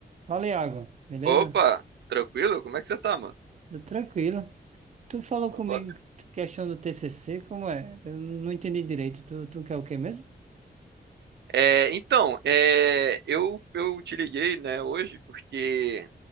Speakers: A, on the right; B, on the right.
A: Fala, Iago, beleza?
B: Opa, tranquilo? Como é que você tá, mano?
A: Tô tranquilo. Tu falou
B: Opa.
A: comigo questão do TCC, como é? Eu não entendi direito. Tu, tu quer o quê mesmo?
B: É, então, é, eu, eu te liguei, né, hoje, porque